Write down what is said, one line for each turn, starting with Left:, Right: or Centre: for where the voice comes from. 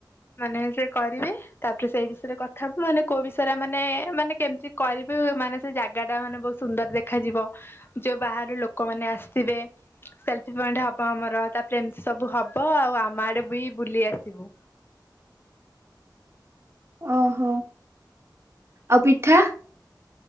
Left: ମାନେ ସେ କରିବେ, ତାପରେ ସେଇ ବିଷୟରେ କଥା ହବୁ ମାନେ କୋଉ ବିଷୟରେ ମାନେ ମାନେ କେମିତି କରିବି ମାନେ ସେ ଜାଗା ଟା ମାନେ ବ ସୁନ୍ଦର ଦେଖାଯିବ ଯୋଉ ବାହାରୁ ଲୋକମାନେ ଆସିଥିବେ, ସେଲଫି ପଏଣ୍ଟ ହବ ଆମର ତାପରେ ଏମିତି ସବୁ ହବ ଆଉ ଆମ ଆଡେ ବି ବୁଲି ଆସିବୁ।
Right: ଓହୋ ଆଉ ପିଠା?